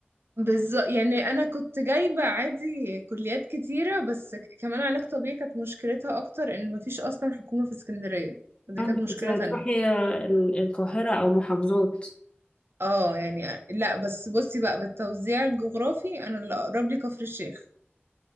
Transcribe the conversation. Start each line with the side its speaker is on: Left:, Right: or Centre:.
Right: بالظبط يعني انا كنت جايبه عادي كليات كتيره بس ك- كمان علاج طبيعي كانت مشكلتها اكتر ان مفيش اصلا حكومه في اسكندريه دي
Left: عندك
Right: كانت مشكله
Left: كنت هتروحي
Right: تانية
Left: ال- القاهرة أو محافظات
Right: اه يعني لا بس بصي بقى بالتوزيع الجغرافي انا اللي اقرب لي كفر الشيخ